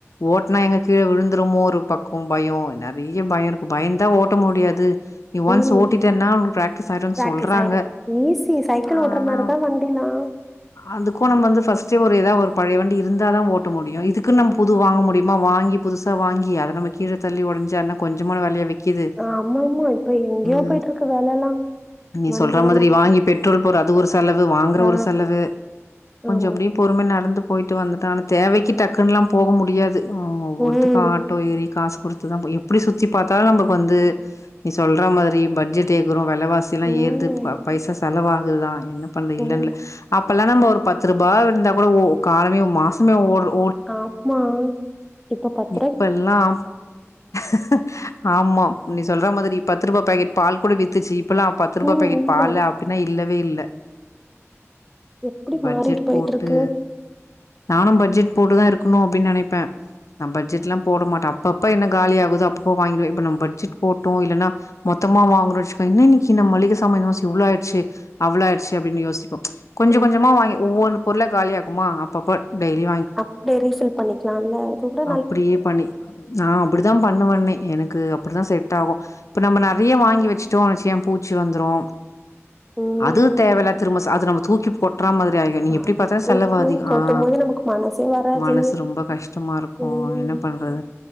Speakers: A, on the left; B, in the centre.
A: ஓட்னா எங்க கீழ விழுந்துறுமோ ஒரு பக்கோ பயோ நெறைய பயோ இருக்கு பயந்தா ஓட்ட முடியாது நீ ஒன்ஸ்
B: ம்
A: ஓட்டிட்டேன்னா உனக்கு பிராக்டிஸ் ஆயிருன்னு
B: பிராக்டிஸ்
A: சொல்றாங்க
B: ஆயிடு ஈஸி சைக்கிள்
A: ஆனா
B: ஓட்டுற மாரிதா வண்டிலா
A: அதுக்கும் நம்ம வந்து ஃபர்ஸ்ட் ஒரு எதாவது ஒரு பழைய வண்டி இருந்தாதா ஓ ட்ட முடியு இதுக்குன்னு
B: ஆ
A: நம்ம புது வாங்க முடியுமா வாங்கி புதுசா வாங்கி அத நம்ம கீழ தள்ளி ஒடன்ச்சனா கொஞ்சமான வெலயா வி க்கிது
B: ஆமா ஆமா இப்ப எங்கேயோ
A: ம்
B: போயிட்டு இருக்கு வெலலா
A: நீ
B: வண்டி
A: சொல்ற
B: வெல
A: மாதிரி வாங்கி பெட்ரோல் போற அது ஒரு செலவு வாங்குற
B: ஆ
A: ஒரு செலவு கொஞ்சம்
B: ஆமா
A: அப்டி பொறும நடந்து போயிட்டு வந்துட்டா ஆனா தேவைக்கு டக்குன்லாம் போவ முடியாது
B: ம்
A: இதுக்கா ஆட்டோ ஏறி காசு குடுத்துதான் புரியு எப்டி சுத்தி பாத்தாலும் நமக்கு வந்து நீ சொல்ற மாரி பட்ஜெட் எகிறும் வெ வெல வாசிலா
B: ம்
A: ஏறுது ப பைசா செலவா இதெல்லா என்ன பண்ண இல்லன்ல
B: ம்
A: அப் இப்பல்லாம் நம்ப ஒரு பத்து ரூபா இருந்தா கூட ஒரு காலமே மாசமே ஓடும்
B: ஆமா இப்ப பாத்
A: இப்பல்லா <unintelligible> ஆமா நீ சொல் அ மாதிரி பத்து ரூபா பாக்கெட் பால்கூட வித்துச்சி இப்பல்லாம் பத்து ரூபாய்
B: ம்.
A: பேக்கெட்
B: இல்ல,
A: பால் அப்படின்னா இல்லவே இல்ல
B: எப்படி
A: பட்ஜெட்
B: மாறிட்டு போயிட்டு
A: போட்டு
B: இருக்கு.
A: நானும் பட்ஜெட் போட்டுதான் இருக்கணும் அப்படின்னு நினைப்பேன் நான் பட்ஜெட்ல்லா போட மாட்டே அப்ப அப்ப என்ன காலி ஆகுதோ அப்போ அப்போ வாங்கி வைப்பேன் இப்ப நம் பட்ஜெட் போட்டோ இல்லன்னா மொத்தமா வங்குரோ வச்சுகோ என்ன இன்னைக்கு நம் மளிக சாமான் செலவு இவ்ளோ ஆயிடுச்சு அவ்ள ஆயிச்சு அப்படின்னு யோசிப்போம் கொஞ்ச
B: ம்.
A: கொஞ்சமாக வாங்கி ஒவ்வொன்னு பொருள காலியாக்குமா அப்பப்ப டெய்லி
B: அப்படியே ரீபில் பண்ணிக்கலாள அதவிட
A: அப்பிடியே பண்ணி நான் அப்பிடி தான் பண்ணுவனே எனக்கு அப்படித்தான் செட் ஆகும் இப்ப நம்ம நறைய வாங்கி வச்சுட்டோம்ச்ச பூச்சி வந்துரும்
B: ம்.
A: அது தேவயில்ல திரும சார்ஜர அவுங்க தூக்கி போட்டுட்டு <unintelligible> நீ
B: அ
A: எப்படி பாத்த
B: தூக்கு
A: செலவு அதிகம்
B: கொட்டும்போது
A: ஆஹ்
B: நமக்கு மனசே வராது.
A: மனசு ரொம்ப கஷ்டமா இருக்கும்
B: ம்.
A: ஓ என்ன பண்றது